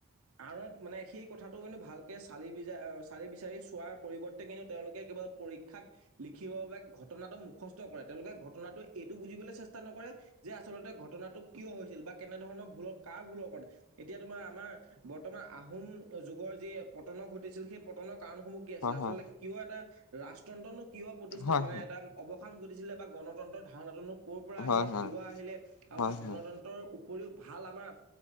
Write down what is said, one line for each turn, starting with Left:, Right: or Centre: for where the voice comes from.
Right: আঁৰত মানে সেই কথাটো কিন্তু, ভালকে চালি বিচা চালি বিচাৰি চোৱাৰ পৰিৱৰ্তে কিন্তু তেওঁলোকে কিবা পৰীক্ষাত লিখিবৰ বাবে ঘটনাটো মুখস্থ কৰে, তেওঁলোকে ঘটনাটো এইটো বুজিবলৈ চেষ্টা নকৰে যে আচলতে ঘটনাটো কিয় হৈছিল, বা কেনে ধৰণৰ ভুলৰ কাৰ ভুলৰ কাৰণে এতিয়া তোমাৰ আমাৰ বৰ্তমান আহোম যুগৰ যি পতন ঘটিছিল সেই পতনৰ কাৰণসমূহ আছিলে
Left: হয়
Right: আচলতে
Left: হয়
Right: কিয় এটা ৰাজতন্ত্ৰনো কিয় প্ৰতিষ্ঠা
Left: হয়
Right: মানে এটা অৱ সান ঘটিছিলে বা গণতন্ত্ৰৰ ধাৰণাটোনো কৰ'ৰ পৰা আহিলে
Left: হয় হয় হয়
Right: কিয় আহিলে আৰু বা গণতন্ত্ৰ
Left: হয়
Right: উপৰিও ভাল আমাৰ